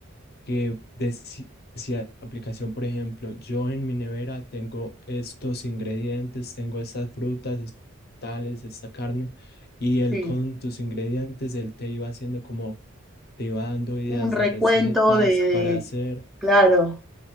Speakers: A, on the left; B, in the centre.
A: que deci- decía la aplicación, por ejemplo, yo en mi nevera tengo estos ingredientes, tengo estas frutas, estos tales, esta carne, y él
B: sí.
A: con tus ingredientes, él te iba haciendo como, te iba dando ideas
B: Un recuento
A: de recetas
B: de, de-
A: para hacer,
B: claro,